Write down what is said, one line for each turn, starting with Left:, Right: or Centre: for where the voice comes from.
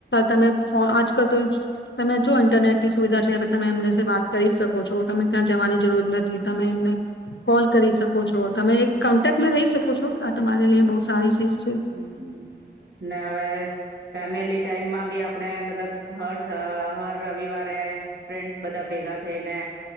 Left: તમે ફો આજકાલ તો તમે જો ઇન્ટરનેટ ની સુવિધા છે તમે એમને વાત કરી શકો છો. તમે ક્યાં જવાની જરૂરત નથી તમે એમને કોલ કરી શકો છો તમે એક કોન્ટેકમાં રહી શકો છો આ તમારે લઈ બહુ સારી ચીઝ
Right: હમ્મ. ના હવે ફેમિલી ટાઈમમાં બી આપડે મતલબ હર સ હર રવિવારે ફ્રેન્ડ્સ બધા ભેગા થઈને